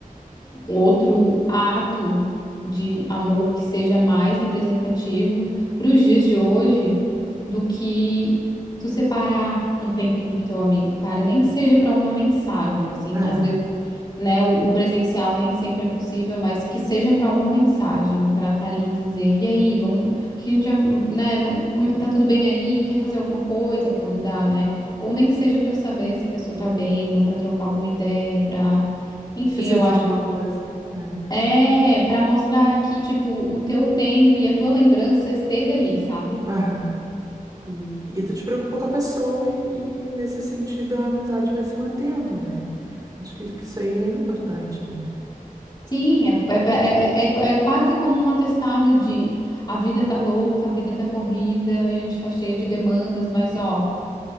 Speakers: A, on the left; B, on the right.
A: outro ato de amor que seja mais representativo para os dias de hoje do que tu separar um tempinho pro teu amigo, cara, nem que seja para uma mensagem, assim,
B: Ah,
A: às vezes, né, o, o presencial nem sempre é possível, mas que seja para uma mensagem, para estar ali e dizer, e aí, vamos, o que a gente já, né, vamos- como- tá tudo bem aí, quer fazer alguma coisa quando dá, né? Ou nem que seja para saber se a pessoa tá bem, ou para trocar alguma ideia, para enfim,
B: precisa
A: eu
B: de
A: acho
B: alguma coisa, né?
A: é, para mostrar que, tipo, o teu tempo e a tua lembrança esteve ali, sabe?
B: Aham. E, e tu te preocupa com a pessoa e, e, nesse sentido, a amizade vai se mantendo, né? Acho que, que isso aí é importante, né?
A: Sim, é, é, é, é- é é quase como um atestado de a vida tá louca, a vida tá corrida, a gente tá cheio de demandas, mas ó,